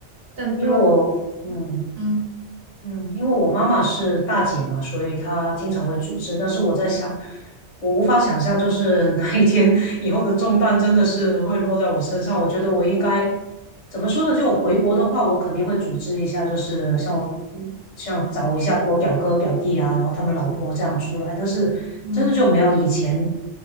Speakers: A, on the right; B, on the left.
A: 但不知道怎
B: 因为我嗯，
A: 么样。嗯
B: 嗯，因为我妈妈是大姐嘛，所以她经常会组织。但是我在想，我无法想象，就是哪一天 <laughs> 以后的重担真的是会落在我身上。我觉得我应该怎么说呢？就我回国的话，我肯定会组织一下，就是像我嗯像找一下我表哥表弟啊，然后他们老婆这样出来。但是真的就没有以前
A: 嗯，